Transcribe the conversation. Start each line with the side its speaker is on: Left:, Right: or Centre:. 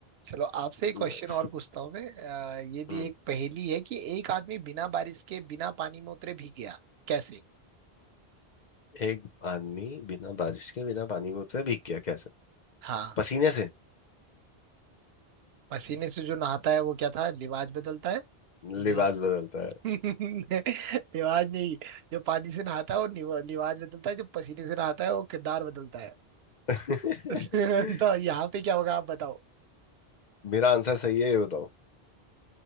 Right: चलो आपसे एक
Left: बस
Right: क्वेश्चन और पूछता हूँ मैं आ, ये भी
Left: हम्म
Right: एक पहेली है कि एक आदमी बिना बारिश के बिना पानी में उतरे भीग गया कैसे
Left: एक आदमी बिना बारिश के बिना पानी के उतरे भीग गया कैसे
Right: हाँ
Left: पसीने से
Right: पसीने से जो नहाता है वो क्या था लिवाज बदलता है नहीं
Left: लिबास बदलता है
Right: <laughs> लिवाज नहीं जो पानी से नहाता है वो निवा- लिवाज बदलता है जो पसीने से नहाता है वो किरदार बदलता है
Left: <laughs>
Right: <laughs> तो यहाँ पे क्या होगा आप बताओ
Left: मेरा आंसर सही है ये बताओ